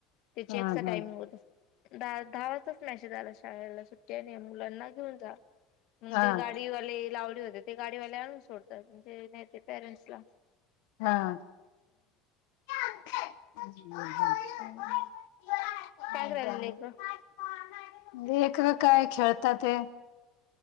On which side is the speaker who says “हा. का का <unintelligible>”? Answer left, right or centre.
Left